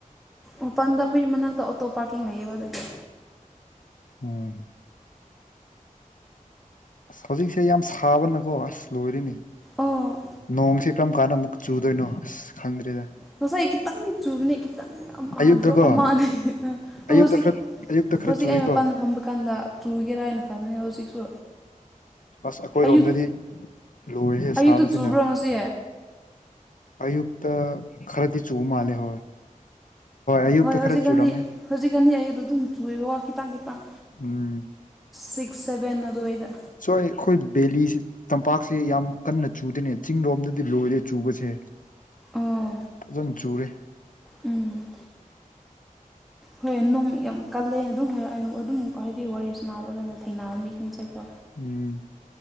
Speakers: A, in the centre; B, on the left.
A: ꯃꯄꯥꯜꯗ ꯑꯩꯈꯣꯏꯒꯤ ꯌꯨꯝ ꯃꯅꯥꯛꯇ ꯑꯣꯇꯣ ꯄꯥꯔꯀꯤꯡ ꯂꯩꯌꯦꯕ ꯑꯗꯨꯒꯤ
B: ꯎꯝ ꯍꯧꯖꯤꯛꯁꯦ ꯌꯥꯝ ꯁꯥꯕꯅꯀꯣ ꯑꯁ ꯂꯣꯏꯔꯦꯅꯦ
A: ꯑꯣ
B: ꯅꯣꯡꯁꯦ ꯀꯔꯝ ꯀꯥꯟꯗ ꯑꯃꯨꯛ ꯆꯨꯗꯣꯏꯅꯣ ꯑꯁ ꯈꯪꯗ꯭ꯔꯦꯗ
A: ꯉꯁꯥꯏ ꯈꯤꯇꯪ ꯆꯨꯕꯅꯤ ꯈꯤꯇꯪꯒ ꯑꯥ
B: ꯑꯌꯨꯛꯇꯀꯣ
A: ꯗ꯭ꯔꯣꯞ ꯑꯃ ꯑꯅꯤ ꯑꯥ
B: ꯑꯌꯨꯛꯇ
A: ꯍꯧꯖꯤꯛ
B: ꯈꯔ ꯑꯌꯨꯛꯇ ꯈꯔ
A: ꯍꯧꯖꯤꯛ
B: ꯆꯨꯏꯀꯣ
A: ꯑꯩ ꯃꯄꯥꯟꯗ ꯐꯝꯕ ꯀꯥꯟꯗ ꯆꯨꯒꯦꯔꯥ ꯍꯥꯏꯅ ꯈꯟꯕꯅꯦ ꯍꯧꯖꯤꯛꯁꯨ
B: ꯑꯁ ꯑꯩꯈꯣꯏꯔꯣꯝꯗꯗꯤ
A: ꯑꯌꯨꯛ
B: ꯂꯣꯏꯍꯦ
A: ꯑꯌꯨꯛꯇ
B: ꯁꯥꯕꯁꯤꯅ
A: ꯆꯨꯕ꯭ꯔꯣ ꯉꯁꯤ
B: ꯑꯌꯨꯛꯇ ꯈꯔꯗꯤ ꯆꯨ ꯃꯥꯜꯂꯦ ꯍꯣꯏ ꯑꯌꯨꯛꯇ
A: ꯍꯣꯏ ꯍꯧꯖꯤꯛꯀꯥꯟꯗꯤ
B: ꯈꯔ ꯆꯨꯔꯝꯃꯦ
A: ꯍꯧꯖꯤꯛꯀꯥꯟꯗꯤ ꯑꯩꯌꯨꯛꯇ ꯑꯗꯨꯝ ꯆꯨꯏꯌꯦꯕꯀꯣ ꯈꯤꯇꯪ ꯈꯤꯇꯪ
B: ꯎꯝ
A: ꯁꯤꯛꯁ ꯁꯚꯦꯟ ꯑꯗꯨꯋꯥꯏꯗ
B: ꯁꯋꯥꯏ ꯑꯩꯈꯣꯏ ꯕꯦꯂꯤꯁꯤ ꯇꯝꯄꯥꯛꯁꯦ ꯌꯥꯝ ꯀꯟꯅ ꯆꯨꯗꯦꯅꯦ ꯆꯤꯡꯔꯣꯝꯗꯗꯤ ꯂꯣꯏꯔꯦ ꯆꯨꯕꯁꯦ
A: ꯑꯣ
B: ꯐꯖꯅ ꯆꯨꯔꯦ
A: ꯎꯝ ꯍꯣꯏ ꯅꯨꯡ ꯌꯥꯝ ꯀꯜꯂꯦꯅ ꯑꯗꯨꯝ ꯍꯥꯏ ꯑꯩ ꯑꯗꯨꯝ ꯍꯥꯏꯗꯤ ꯋꯥꯔꯤꯁꯨ ꯁꯥꯟꯅꯕꯀꯥꯟꯗ ꯊꯦꯡꯅꯕ ꯃꯤꯁꯤꯡꯁꯦꯀꯣ
B: ꯎꯝ